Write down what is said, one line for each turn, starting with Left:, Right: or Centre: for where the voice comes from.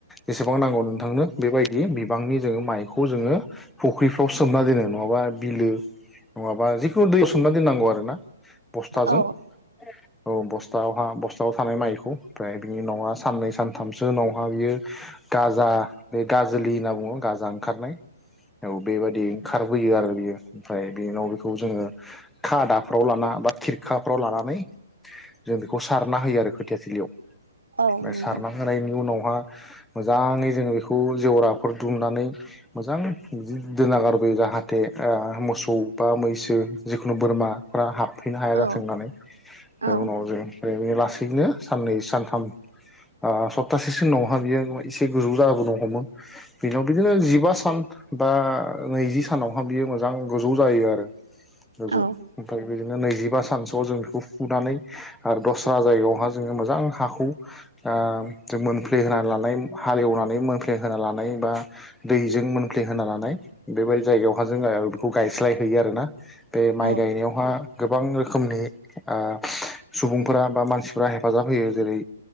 Centre: एसेबां नांगौ नोंथांनो बेबायदि बिबांनि जोङो माइखौ जोङो फुख्रिफ्राव सोमना दोनो नङाबा बिलो नङाबा जिखुनु दैआव सोमना दोननांगौ आरो ना बस्थाजों
Right: औ
Centre: औ बस्तावहा स्थाआव थानाय माइखौ ओमफ्राय बिनि उनावहा साननै सानथामसो उनावहा बियो गाजा बे गाजोलि होनना बुङो गाजा ओंखारनाय औ बेबादि खारबोयो आरो बियो ओमफ्राय बेनि उनाव बेखौ जोङो खादाफ्राव लाना बा खिरखाफ्राव लानानै जों बेखौ सारना होयो आरो खोथियाथिलियाव
Right: औ नंगौ
Centre: ओ सारना होनायनि उनाव हा मोजांङै जों बेखौ जेवराफोर दुमनानै मोजां <unintelligible> दोना गारबो उम जाहाथे आ मोसौ बा मैसो जिखुनु बोरमाफ्रा हाब फैनो हाया जाथों
Right: औ
Centre: होननानै ओमफ्राय
Right: औ
Centre: उनाव जों बेनि लासैनो साननै सानथाम ओ सप्तासेसो उनावहा बियो एसे गोजौ जाबोनो हमो बेनियावदि जिबा सान बा नैजि सानावहा बियो मोजां गोजौ जायो आरो गोजौ
Right: औ
Centre: ओमफ्राय बिदिनो नैजिबा सानसोआव जों बेखौ फुनानै आरो दस्रा जायगायावहा जोङो मोजां हाखौ ओ मोनफ्लेहोना लानाय हालेवना‌ नानै मोनफ्लेहोना लानाय बा दैजों मोनफ्ले होना लानाय बेबादि जायगायावहा जोंङो बेखौ गा गायस्लायहैयो आरोना बे माइ
Right: औ
Centre: गायनायावहा गोबां रोखोमनि ओ सुबुंफोरा बा मानसिफोरा हेफाजाब होयो जेरै